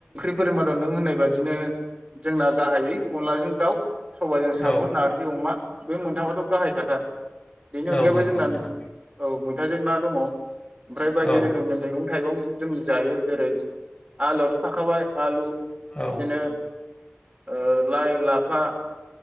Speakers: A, on the right; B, on the left.
A: फोर मादाव नों होननाय बादिनो जोंना गाहायै अनलाजों दाउ। सबायजों साम',
B: औ
A: नार्जि अमा बे मोनथाममाथ' गाहायखाथार। बेनि अनगायैबो
B: औ नंगौ
A: जोंना
B: नोंथां
A: औ मैथाजों ना दङ'। ओमफ्राय बायदि
B: औ
A: रोखोमनि मैगं थाइगं जों जायो जेरै आलुआथ' थाखाबाय आलु बिदिनो
B: औ
A: ओ लाइ, लाफ फा